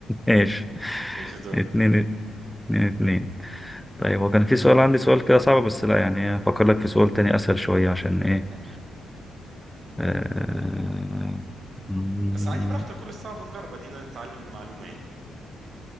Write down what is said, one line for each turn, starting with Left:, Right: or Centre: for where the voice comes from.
Centre: ماشي
Right: ايش دورك
Centre: اتنين اتنين اتنين طيب هو كان في سؤال عندي سؤال كده صعب بس لا يعني افكر لك في سؤال تاني اسهل شوية عشان ايه
Right: تمام
Centre: آه، مم،
Right: بس عادي براحتك كل الصعب نجرب ادينا نتعلم معلومة يعني